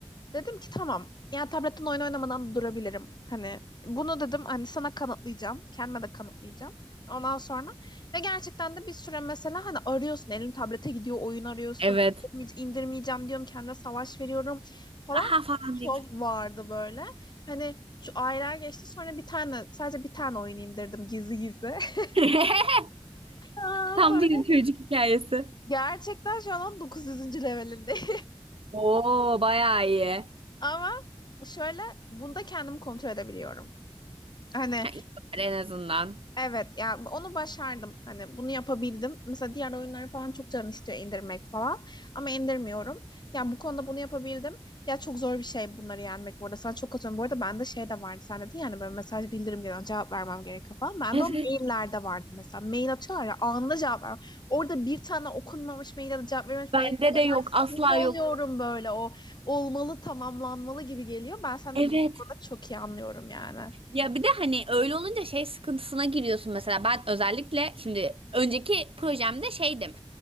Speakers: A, on the left; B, on the right.
A: Dedim ki tamam. Yani tabletten oyun oynamadan da durabilirim. Hani bunu dedim hani sana kanıtlayacağım. Kendime de kanıtlayacağım. Ondan sonra ve gerçekten de bir süre mesela hani arıyorsun elin tablete gidiyor oyun arıyorsun
B: Evet.
A: İndirmeye- indirmeyeceğim diyorum kendime savaş veriyorum falan
B: Aha falan
A: çok
B: deyip.
A: vardı böyle. Hani şu aylar geçti sonra bir tane sadece bir tane oyun indirdim gizli gizli. <laughs>
B: <laughs>
A: Aa,
B: Tam
A: sonra
B: bir çocuk hikayesi.
A: gerçekten şu an on dokuz yüzüncü levelindeyim
B: Oo bayağı iyi.
A: <laughs> ama şöyle bunda kendimi kontrol edebiliyorum. Hani
B: Ha, iyi var en azından.
A: Evet ya onu başardım. Hani bunu yapabildim. Mesela diğer oyunları falan çok canım istiyor indirmek falan. Ama indirmiyorum. Ya bu konuda bunu yapabildim. Ya çok zor bir şey bunları yenmek bu arada. Sana çok katılıyorum. Bu arada bende şey de vardı. Sen dedin yani böyle mesaj bildirim gelen cevap vermem gerekiyor falan. Bende
B: Evet.
A: o maillerde vardı mesela. Mail atıyorlar ya anında cevap ver. Orada bir tane okunmamış mail ya da cevap verilmemiş
B: Bende
A: mail geliyor.
B: de yok.
A: Ben
B: Asla
A: sinir oluyorum
B: yok.
A: böyle o olmalı tamamlanmalı gibi geliyor. Ben seni
B: Evet.
A: bu konuda çok iyi anlıyorum yani.
B: Ya bir de hani öyle olunca şey sıkıntısına giriyorsun mesela. Ben özellikle şimdi önceki projemde şeydim.